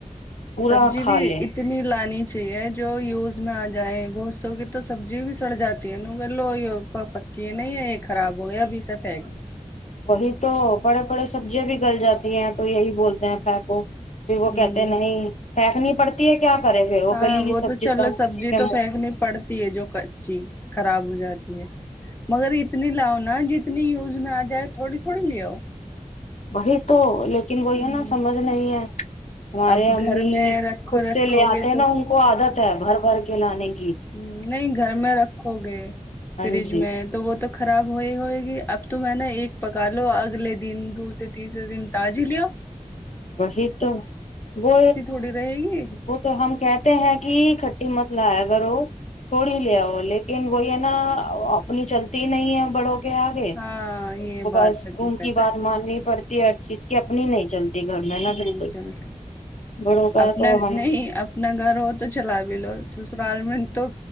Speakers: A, on the left; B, on the left.
A: پورا
B: سبزی
A: کھا
B: بھی
A: لیں
B: اتنی لانی چاہیے جو یوز آ جائےیں بہت سو کی تو سبزی بھی سڑ جاتی ہے نگر لو یہ پکی ہے نہیں ہے یہ خراب ہو گیا ابھیے پھینک د
A: وہی تو بڑے بڑے سبزیاں بھی گل جاتی ہیں تو یہی بولتے ہیں پ کو پ
B: دو
A: وہ
B: ہ
A: کہتے نہیں پھیسنی پڑتی ہے کیا کرے پھر
B: ہاں
A: گلی ہوئی
B: وہ
A: سبزی
B: تو چلو
A: ہم
B: سبزی
A: کسی کے
B: تو
A: منہ
B: پھینکنی پڑتی ہے جو کچی خراب ہو جاتی ہے مگر اتنی لاؤ نا جتنی اتنی یوز میں آ جائے تھوڑی تھوڑی لے آؤ
A: وہی تو لیکن وہی
B: ہ
A: نا سمجھ نہیں ہے ہمارے
B: اب
A: امی
B: گھر میں رکھو
A: خود
B: رکھو
A: سے لے آتے
B: گے
A: ہیں نا ان کو عادت ہے بھر بھر کے نہیں
B: ہ نہیں گھر میں رکھو گے
A: ہاں
B: فریج
A: جی
B: میں تو وہ تو خراب ہو ہی ہوئے گی اب تو میں نے ایک پکا ملو اگلے دن دوسر تیسرے دن تازی لو
A: وہی تو وہ
B: تھوڑی رہے گی
A: وہ تو ہم کہتے ہیں کہ کھٹی مت ل اگر وہ تھوڑی لے آ وہ لیکن وہ یہ نا اپنی چلتی نہیں ہے بڑ آگے
B: ہاں یہ بات
A: بس
B: حقیقت
A: ان کی بات
B: ہے
A: ماننی پڑتی چیز کہ اپنی ہی نہیں چلتی گھر میں نا بالکل
B: نہیں چل
A: بڑوں کا
B: اپنا
A: تو ہم
B: نہیں اپنا گھر ہو تو چلا بھی لو سسرال م <unintelligible>